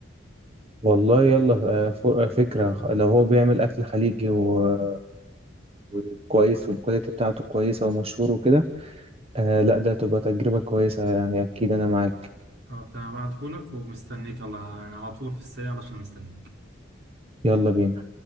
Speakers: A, on the right (about 30°); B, on the right (about 60°).
A: والله يلا آه، ف- آه، فكرة خ- لو هو بيعمل أكل خليجي و- وكويس والكواليتي بتاعته كويسة ومشهور وكده آه، لا ده تبقى تجربة كويسة يعني أكيد أنا معاك
B: اه بتاع هبعتهولك ومستنيك الله انا على طول في السريع علشان مستنيك
A: يلا بينا